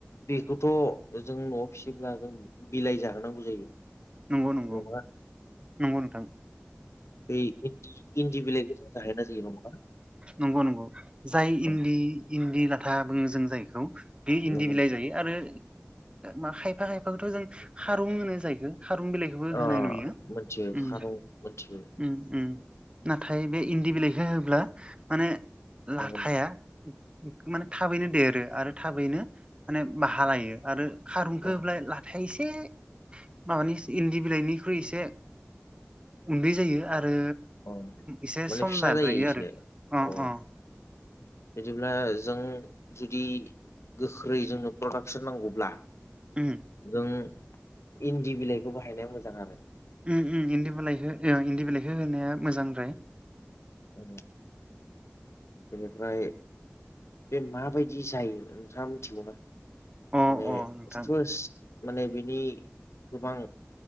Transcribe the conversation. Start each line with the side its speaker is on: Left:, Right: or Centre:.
Left: बेखौथ' जों न'आव फिसिब्ला जों बिलाइ जाहोनांगौ जायो।
Right: नंगौ नंगौ
Left: नङा
Right: नंगौ नोंथां।
Left: बै इन्दि इन्दि बिलाइखौ जों जाहैना जायो नङा? <unintelligible>
Right: नंगौ नंगौ जाय
Left: अ
Right: इन्दि इन्दि लाथा बुङो जों जायखौ बे इन्दि
Left: नंगौ
Right: बिलाइ जायो आरो मा खायफा खायफाखौथ' जों खारुं होनो जायोखो खारुं बिलाइ बो
Left: अ
Right: होनाय नुयो
Left: मोनथियो
Right: उम
Left: खारं मोनथियो
Right: उम उम। नाथाय बे इन्दि बिलाइखौ होब्ला माने
Left: नंगौ
Right: लाथाया
Left: नोंथां
Right: माने थाबैनो देरो आरो थाबैनो माने बाहालायो आरो खारुनखोब्लाय
Left: औ
Right: लाथाय एसे माबानि इन्दि बिलाइनिख्रुइ एसे उन्दै जायो आरो
Left: औ
Right: एसे
Left: माने
Right: सम
Left: फिसा
Right: लाद्रायो
Left: जायो एसे
Right: आरो अ
Left: औ
Right: अ।
Left: बिदिब्ला जों जुदि गोख्रै जोंनो प्रडाकसन नांगौब्ला
Right: उम
Left: जों इन्दि बिलाइखौ बाहायनाया मोजाङानो
Right: उम उम इन्दि बिलाइखो इन्दि बिलाइखौ होनाया मोजांद्राय।
Left: औ। बेनिफ्राय बे माबायदि जायो नोंथाङा मिथिगौना?
Right: अ
Left: माने
Right: अ नोंथां
Left: <unintelligible> माने बिनि गोबां